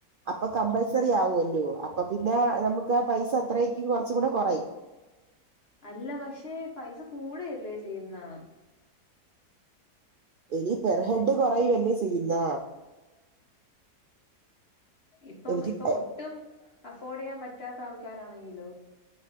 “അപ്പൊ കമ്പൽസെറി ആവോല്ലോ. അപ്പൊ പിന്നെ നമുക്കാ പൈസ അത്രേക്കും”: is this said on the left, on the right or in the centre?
Right